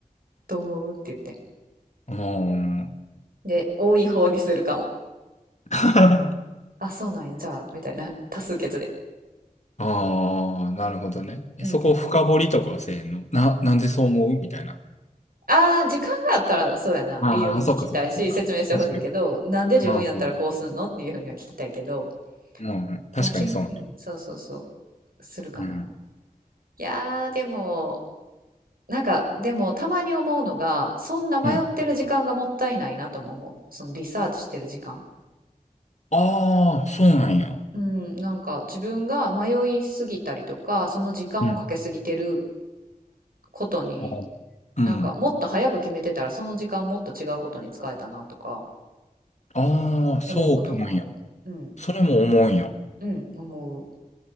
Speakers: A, on the right (about 85°); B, on the left (about 50°).
A: どう思うって言って。
B: うん、うん。あ
A: で、多い方にするかも。
B: あ。
A: あ、そうなんや、じゃあ、みたいな。多数決で。
B: <laughs> ああ、なるほどね。え、
A: うんうん。
B: そこ深掘りとかはせえへんのな、なんでそう思うみたいな。
A: ああ、時間があったら、そうやな。
B: ああ、
A: 理由も聞きたいし、
B: そっかそっかそっか。
A: 説明してほしいけど、
B: 確かに。
A: なんで自分やったらこうすんのっていうふうには聞きたいけど、
B: うんうん、うんうん。確かにそうね。
A: もうき、うん、そうそうそう、するかな。
B: うん。
A: いやー、でも、なんか、でも、たまに思うのが、そんな迷ってる時間がもったいないなとも思う。
B: うん。
A: そのリサーチしてる時間。
B: ああ、そうなんや。
A: うん、なんか自分が迷いすぎたりとか、その時間をかけすぎてる
B: うん。
A: ことに
B: あーうん。
A: なんかもっと早く決めてたらその時間もっと違うことに使えたなとか
B: ああ、そうなんや。
A: 思うこともある。うん、
B: それも思うんや。
A: うん、思う。